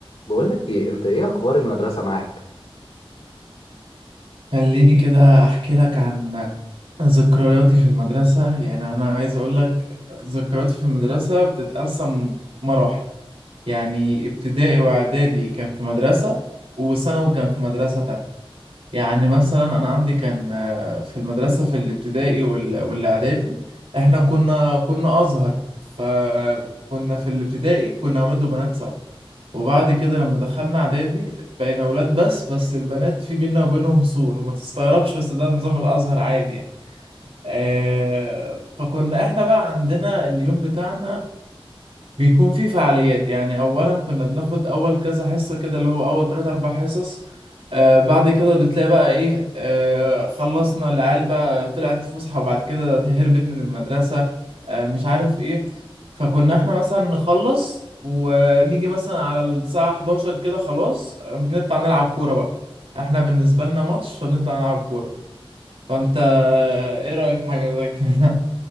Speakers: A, on the left (about 85°); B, on the right (about 80°).
A: بقول لك ايه انت ايه اخبار المدرسه معاك
B: خليني كده احكي لك عن ذكرياتي في المدرسة يعني انا عايز اقول لك ذكرياتي في المدرسة بتتقسم مراحل يعني ابتدائي واعدادي كان في مدرسة وثانوي كان في مدرسة تانية يعني مثلا انا عندي كان آه، في المدرسه في الابتدائي وال- والاعدادي احنا كنا كنا ازهر فكنا في الابتدائي كنا اولاد وبنات سوا وبعد كده لما دخلنا اعدادي بقينا اولاد بس بس البنات في بينا وبينهم سور وما تستغربش بس ده نظام الازهر عادي يعني آه، فكنا احنا بقى عندنا اليوم بتاعنا بيكون في فعاليات يعني اولا كنا بناخد اول كذا حصه كده اللي هو اول ثلاث اربع حصص آه بعد كده بتلاقي بقى ايه آه خلصنا العيال بقى طلعت فسحه وبعد كده هربت من المدرسه آه مش عارف ايه فكنا احنا مثلا نخلص ونيجي مثلا على الساعه 11 كده خلاص آه، بنطلع نلعب كوره بقى احنا بالنسبه لنا ماتش فبنطلع نلعب كوره فانت آه، ايه رايك في حاجه زي كده